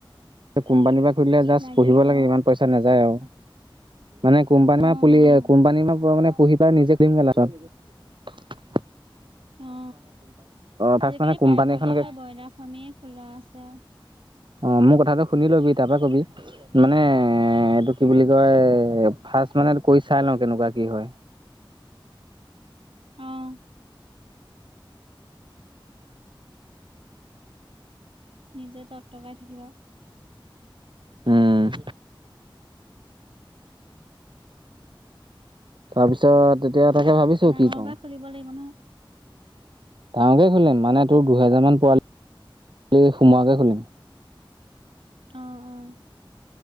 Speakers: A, on the right (about 60°); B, on the right (about 85°).
A: কোম্পানীৰ পৰা খুলিলে জাষ্ট
B: লাগিবই
A: পুহিব লাগে
B: অ
A: ইমান পইচা নাযায় আও। মানে কোম্পানী
B: অ অ
A: পুলি কোম্পানী মা মানে পুহি পাই নিজে পোহিম গে লাচতত
B: <unintelligible> অ
A: ফাৰ্ষ্ট
B: আজিকালি
A: মানে কোম্পানী
B: প্ৰায়ভাগৰ
A: এখনকে
B: হয় ব্ৰইলাৰ ফাৰ্মেই খোলা আছে আৰু
A: অ মোৰ কথাটো শুনি লবি তাৰপা কবি মানে এ এইটো কি বুলি কয় ফাৰ্ষ্ট মানে কৈ চাই লওঁ কেনেকুৱা কি হয়
B: আহ নিজে টকটকাই থাকিবা
A: উম তাৰপিছত এতিয়া তাকে ভাবিছো
B: ডাঙৰকে
A: কি কওঁ
B: খুলিব লাগিব নহয়
A: ডাঙকে খুলিম মানে তোৰ দুহেজাৰ মান পোৱালি সোমোৱাকে খুলিম
B: অহ অহ